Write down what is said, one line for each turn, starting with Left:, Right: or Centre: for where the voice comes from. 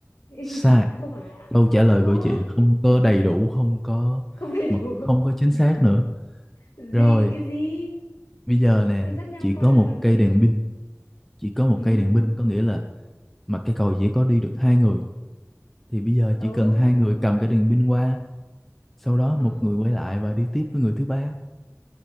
Left: <laughs>
Centre: sai.
Left: không hả
Centre: Câu trả lời
Left: không
Centre: của chị
Left: á
Centre: không có đầy đủ, không có
Left: không đầy đủ
Centre: mà cũng không có chính xác nữa.
Left: <laughs>
Centre: Rồi,
Left: gì cái gì
Centre: bây giờ nè,
Left: thì dắt nhau
Centre: chỉ có
Left: qua
Centre: một
Left: còn
Centre: cây
Left: gì
Centre: đèn pin, chỉ có một
Left: ừ
Centre: cây đèn pin có nghĩa là mà cây cầu chỉ có đi được hai người thì bây giờ
Left: ừ
Centre: chỉ cần hai người cầm cái đèn pin qua, sau đó một
Left: ờ
Centre: người quay lại và đi tiếp với người thứ ba.